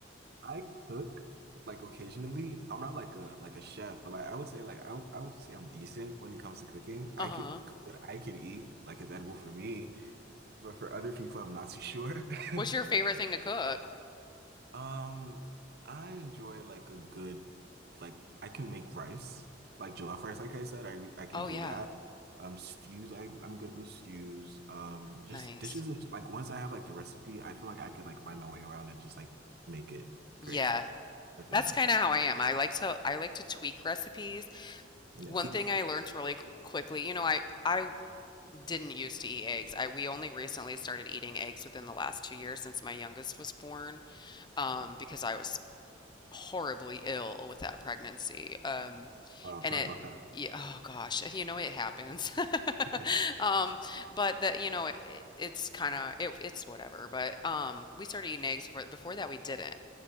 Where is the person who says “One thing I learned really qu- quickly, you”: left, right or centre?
Left